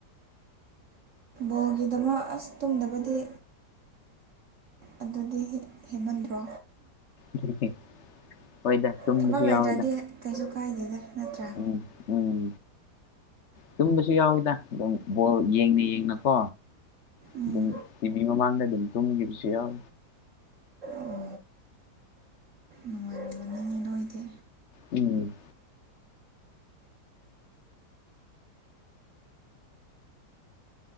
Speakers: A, on the right (about 50°); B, on the left (about 50°).
A: ꯀꯣꯜꯒꯤꯗꯃꯛ ꯑꯁ ꯇꯨꯝꯗꯕꯗꯤ ꯑꯗꯨꯗꯤ ꯍꯦꯃꯟꯗ꯭ꯔꯣ
B: ꯄꯦ <unintelligible> ꯍꯣꯏꯗ ꯇꯨꯝꯕꯁꯨ
A: ꯊꯕꯛ ꯂꯩꯇ꯭ꯔꯗꯤ
B: ꯌꯥꯎꯋꯦꯗ
A: ꯀꯩꯁꯨ ꯀꯥꯏꯗꯦꯗ ꯅꯠꯇ꯭ꯔꯥ
B: ꯎꯝ ꯎꯝ ꯇꯨꯝꯕꯁꯨ ꯌꯥꯎꯋꯤꯗꯕ ꯌꯦꯡꯅ ꯌꯦꯡꯅꯀꯣ
A: ꯎꯝ
B: ꯑꯗꯨꯝ ꯀꯤꯕꯤ ꯃꯃꯥꯡꯗ ꯑꯗꯨꯝ ꯇꯨꯝꯈꯤꯕꯁꯤ ꯌꯥꯎ
A: ꯑꯣ ꯅꯨꯡꯉꯥꯏꯔꯝꯒꯅꯤꯅꯦ ꯅꯣꯏꯗꯤ
B: ꯎꯝ